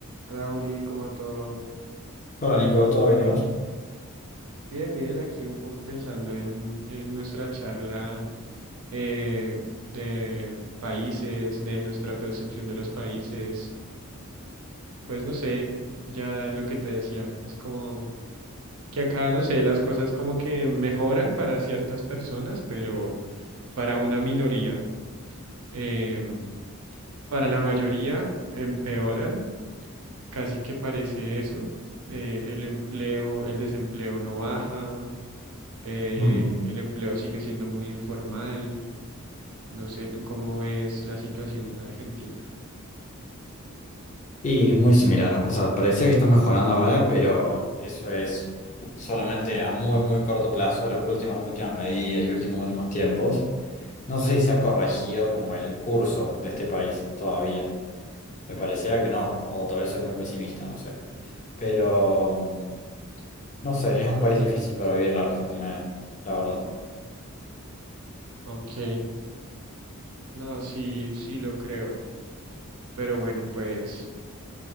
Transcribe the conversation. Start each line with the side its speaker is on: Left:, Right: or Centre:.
Right: Hola Juli, ¿cómo va todo?
Left: Hola Nico, ¿todo bien y vos?
Right: Bien, bien, aquí un poco pensando en, en nuestra charla eh, de países, de nuestra percepción de los países. Pues no sé, ya lo que te decía, es como que acá, no sé, las cosas como que mejoran para ciertas personas, pero para una minoría, em, para la mayoría empeoran, casi que parece eso. eh, el empleo, el desempleo no baja eh,
Left: Mm.
Right: el empleo sigue siendo muy informal. No sé, ¿tú cómo ves la situación en Argentina?
Left: Y es muy similar, o sea, parecía que está mejorando ahora, pero eso es solamente a muy, muy corto plazo, las últimas, últimas medidas y últimos, últimos tiempos. No sé si se ha corregido como el curso de este país todavía. Me pareciera que no, o tal vez soy muy pesimista, no sé. Pero, mm, no sé, es un país difícil para vivir la Argentina, la verdad.
Right: Ok, no, sí, sí lo creo, pero bueno, pues,